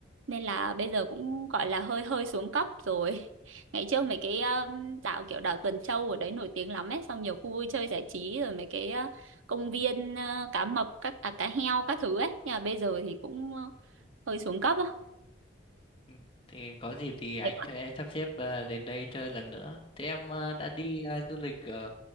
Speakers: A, on the right; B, on the left.
A: nên là bây giờ cũng gọi là hơi hơi xuống cấp rồi <laughs> ngày trước mấy cái ờ, đảo kiểu đảo Tuần Châu ở đấy nổi tiếng lắm ấy xong nhiều khu vui chơi giải trí rồi mấy cái ờ, công viên ờ, cá mập các à, cá heo các thứ ấy nhưng mà bây giờ thì cũng ờ, hơi xuống cấp á
B: Ừ, Thì có dịp thì anh
A: Đẹp quá.
B: sẽ sắp xếp ờ, đến đây chơi lần nữa. Thế em ờ, đã đi ờ, du lịch ở